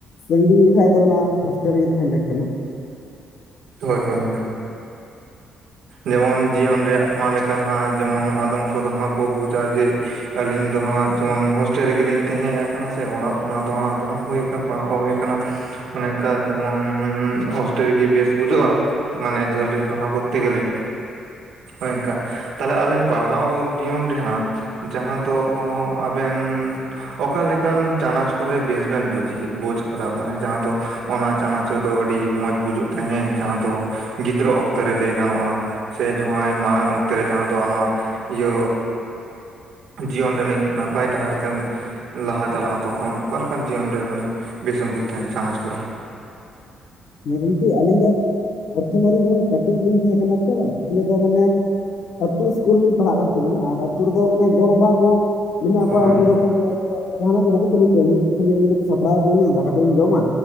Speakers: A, on the left (about 70°); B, on the right (about 80°).
A: ᱥᱟᱺᱜᱤᱧ ᱞᱮᱠᱷᱟᱡ ᱫᱚ ᱚᱱᱟ ᱦᱳᱥᱴᱮᱞ ᱨᱮᱜᱮ ᱛᱟᱦᱮᱱ ᱞᱟ. ᱠ ᱠᱟᱱᱟ ᱾
B: ᱦᱚᱭ ᱦᱚᱭ ᱚᱱᱟᱼᱼ ᱡᱮᱢᱚᱱ ᱡᱤᱭᱚᱱ ᱨᱮᱭᱟᱜ ᱟᱭᱢᱟ ᱞᱮᱠᱟ ᱡᱮᱢᱚᱱ ᱟᱫᱚᱢ ᱠᱚᱫᱚ ᱦᱟᱸᱜ ᱠᱚ ᱵᱩᱡᱟ ᱡᱮᱼᱼ ᱟᱹᱞᱤᱧ ᱫᱚ ᱦᱟᱸᱜ ᱡᱮᱢᱚᱱ ᱦᱳᱥᱴᱮᱞ ᱨᱮᱜᱮ ᱞᱤᱧ ᱛᱟᱦᱮᱸ ᱠᱟᱱᱟ ᱥᱮ ᱚᱲᱟᱜ ᱠᱷᱚᱱᱟᱜ ᱫᱚ ᱦᱟᱸᱜ ᱵᱟᱝ ᱦᱩᱭ ᱠᱟᱱᱟ ᱾ ᱵᱟᱝ ᱚᱠ ᱦᱩᱭ ᱠᱟᱱᱟ ᱾ ᱚᱱᱮ ᱚᱱᱠᱟ ᱡᱮᱢᱚᱱ ᱦᱚᱥᱴᱮᱞ ᱨᱮᱜᱤ ᱵᱮᱥ ᱵᱩᱡᱟᱹᱜᱼᱟ, ᱢᱟᱱᱮ ᱡᱷᱟᱹᱞ ᱨᱮ ᱯᱟᱲᱦᱟᱣ ᱠᱚᱼᱼ ᱛᱮ ᱜᱮᱞᱮ ᱚᱱᱮ ᱚᱱᱠᱟ ᱛᱟᱦᱞᱮ ᱟᱵᱮᱱ ᱯᱟᱲᱦᱟᱣ ᱡᱤᱭᱚᱱ ᱨᱮᱦᱟᱸᱜᱼᱼ ᱡᱟᱦᱟᱸ ᱫᱚ ᱟᱵᱮᱱᱼᱼ ᱚᱠᱟ ᱞᱮᱠᱟᱱ ᱪᱟᱱᱟᱪ ᱠᱚᱨᱮ ᱵᱮᱥ ᱵᱮᱱ ᱵᱩᱡᱽ, ᱵᱩᱡᱽ ᱟᱠᱟᱫᱟ? ᱢᱟᱱᱮ ᱡᱟᱦᱟᱸ ᱫᱚᱼᱼ ᱚᱱᱟ ᱪᱟᱱᱟᱪ ᱨᱮᱫᱚ ᱟᱹᱰᱤ ᱢᱚᱸᱡᱽ ᱵᱩᱡᱩᱜ ᱛᱟᱦᱮᱸᱫ ᱡᱟᱦᱟᱸ ᱫᱚ ᱜᱤᱫᱽᱨᱟᱹ ᱚᱠᱛᱮ ᱨᱮᱞᱮᱼᱼ ᱜᱟᱱᱚᱜᱼᱟ, ᱥᱮ ᱡᱟᱦᱟᱸᱭ ᱢᱟᱨᱟᱝ ᱚᱠᱛᱮ ᱨᱮ ᱡᱟᱦᱟᱸ ᱫᱚ ᱟᱢᱟᱜ ᱤᱭᱟᱹᱼᱼ ᱡᱤᱭᱚᱱ ᱨᱮᱟᱹᱱᱤᱡ ᱱᱟᱯᱟᱭ ᱰᱟᱦᱟᱨ ᱛᱮᱢᱼᱼ ᱞᱟᱦᱟ ᱪᱟᱞᱟᱜᱼᱟ ᱾ᱛᱚᱠᱷᱚᱱ ᱚᱠᱟᱞᱮᱠᱟᱱ ᱡᱤᱭᱚᱱ ᱨᱮ ᱢᱟᱱᱮ ᱵᱮᱥᱮᱢ ᱵᱩᱡᱽ ᱛᱟᱦᱮᱸᱱᱟ? ᱪᱟᱱᱟᱪ ᱠᱚᱨᱮ
A: ᱦᱮᱸ ᱜᱚᱝᱠᱮ ᱟᱞᱤᱧ ᱫᱚ ᱯᱨᱚᱛᱷᱚᱢ ᱵᱟᱨ ᱟᱹᱞᱤᱧ ᱫᱚ ᱠᱟᱹᱴᱤᱡ ᱞᱤᱧ ᱛᱟᱦᱮᱸ ᱠᱟᱱᱟ ᱛᱚ ᱤᱱᱟᱹ ᱫᱚ ᱢᱟᱱᱮᱼᱼ ᱟᱛᱩ ᱤᱥᱠᱩᱞ ᱨᱮᱞᱤᱧ ᱯᱟᱲᱦᱟᱜ ᱠᱟᱱ ᱛᱟᱦᱮᱸᱱᱟ, ᱦᱮᱸ ᱟᱨ ᱟᱛᱩ ᱨᱮᱫᱚ ᱢᱟᱱᱮ ᱜᱚᱼ ᱵᱟᱵᱟ ᱠᱚ ᱢᱮᱱᱟᱜ
B: ᱦᱳᱭ
A: ᱠᱚᱣᱟ ᱩᱱᱠᱩ ᱫᱚ ᱠᱷᱟᱹᱞᱤ ᱟᱭᱼᱼ ᱡᱟᱦᱟᱱᱟᱜ ᱠᱚ ᱵᱟᱠᱚ ᱠᱩᱞᱤᱭᱮᱫ ᱠᱚᱧ ᱠᱷᱟᱹᱞᱤ ᱟᱹᱞᱤᱧ ᱫᱚᱠᱚ ᱥᱟᱯᱲᱟᱣ ᱟᱠᱟ ᱞᱤᱧᱟ ᱫᱟᱠᱟ ᱠᱚᱞᱤᱧ ᱡᱚᱢᱟ